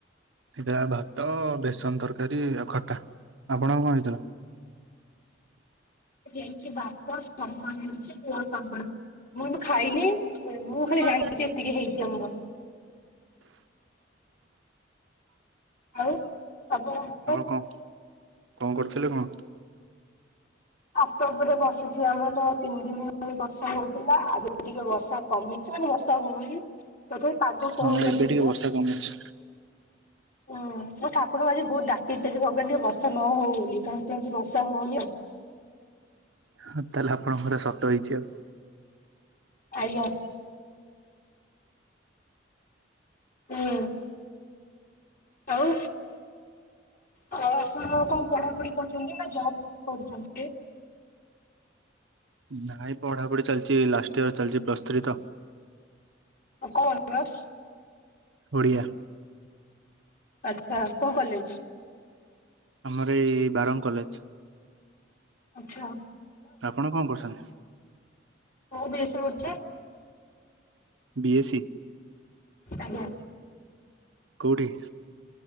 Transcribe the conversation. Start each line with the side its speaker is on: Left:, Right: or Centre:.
Right: ହେଇଥିଲା ଭାତ ବେସନ ତରକାରୀ ଆଉ ଖଟା ଆପଣ କଣ ହେଇଥିଲା?
Left: ହେଇଛି ଭାତ ସମ୍ବର <inaudible> ହେଇଛି କୁ ପାମ୍ପଡ ମୁଁଁ କିନ୍ତୁ ଖାଇନି। ମୁଁ
Right: ଆପଣ
Left: ଖାଲି ଜାଣିଲି
Right: କଣ
Left: ଜେ ଏତିକି ହେଇଛି ଆମର। ଆଉ ଆପଣଙ୍କର?
Right: ଆପଣ କଣ କଣ କରୁଥିଲେ କଣ?
Left: ଛାତ ଉପରେ ବସିଛି ଆମର ତ ତିନି ଦିନ ହେଲାଣି ବର୍ଷା ହଉଥିଲା ଆଜି ଟିକେ ବର୍ଷା କମିଛି ମାନେ ବର୍ଷା ହଉନି। ତଥାପି ପାଗ କୋହଳିଆ
Right: ହଁ ଏବେ
Left: ଦେଇଛି
Right: ଟିକେ ବର୍ଷା କମିଛି।
Left: ହୁଁ ମୁଁ ଠାକୁରଙ୍କୁ ଆଜି ବହୁତ ଡାକିଛି ଆଛି ଭଗବାନ ଟିକେ ବର୍ଷା ନ ହଉ ବୋଲି କାହିଁକି ଆଜି ବର୍ଷା ହଉନି ଆଉ
Right: ହଁ ତାହେଲେ ଆପଣଙ୍କର କଥା ସତ ହେଇଛି ଆଉ।
Left: ଆଜ୍ଞା। ହୁଁ। ଆଉ। ତ ଆପଣ କଣ ପଢାପଢି କରୁଛନ୍ତି ନା ଜବ କରୁଛନ୍ତି?
Right: ନାଇଁ ପଢାପଢି ଚାଲିଛି ଲାଷ୍ଟ ଇୟର ଚାଲିଛି ପ୍ଲସ୍ ଥ୍ରୀ ତ।
Left: ଆଉ କୋଉ ଅନର୍ସ?
Right: ଓଡ଼ିଆ।
Left: ଆଚ୍ଛା କୋଉ କଲେଜ।
Right: ଆମର ଏଇ ବାରଙ୍ଗ କଲେଜ।
Left: ଆଛା।
Right: ଆପଣ କଣ କରୁଛନ୍ତି।
Left: ମୁଁ ବି ଏ ସି କରୁଛି।
Right: B A C.
Left: ଆଜ୍ଞା।
Right: କୋଉଠି?